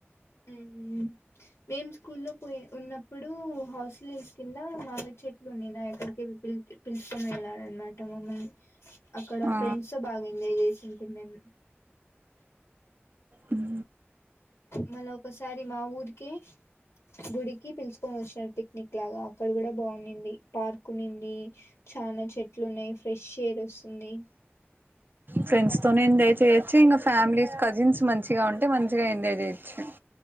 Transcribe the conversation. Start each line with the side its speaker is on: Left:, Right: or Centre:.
Left: ఊమ్ మేము స్కూల్లో పోయి ఉన్నప్పుడు హాస్ స్ కింద మామిడి చెట్లు ఉన్నినాయట. ఎక్కడిక పిలుసుకొని వెళ్ళారనమాట మమ్మల్ని. అక్కడ
Right: ఆ
Left: ఫ్రెండ్స్ తో బాగా ఎంజాయ్ చేసింటి మేము
Right: ఉహు
Left: మళ్ళ ఒకసారి మా ఊరికి గుడికి పిలుసుకొని వచ్చినారు. పిక్నిక్ లాగా అక్కడ కూడా బాగున్నింది. పార్క్ కునింది చానా చెట్లు ఉన్నాయి. ఫ్రెష్ ఎయిర్ వస్తుంది.
Right: ఫ్రెండ్స్ తోనే ఎంజాయ్ చేయొచ్చు ఇంగ ఫ్యామిలీస్ కజిన్స్ మంచిగా ఉంటే మంచిగా ఎంజాయ్ చేయొచ్చు